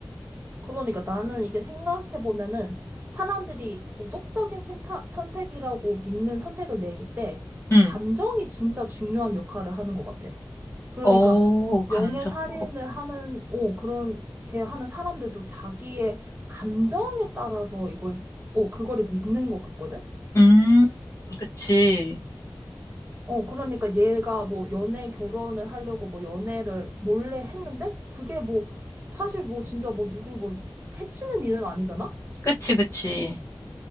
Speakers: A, on the right (about 25°); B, on the left (about 35°).
A: 그러니까 나는 이게 생각해보면은 사람들이 도덕적인 센타, 선택이라고 믿는 선택을 내릴 때
B: 응.
A: 감정이 진짜 중요한 역할을 하는 것 같아. 그러니까
B: 어, 감정.
A: 명예 살인을
B: 어.
A: 하는, 어, 그렇게 하는 사람들도 자기의 감정에 따라서 이걸, 어, 그거를 믿는 것 같거든?
B: 음, 그치.
A: 어, 그러니까 얘가 뭐 연애 결혼을 하려고 뭐 연애를 몰래 했는데 그게 뭐 사실 뭐 진짜 뭐 누굴 뭐 해치는 일은 아니잖아?
B: 그치, 그치.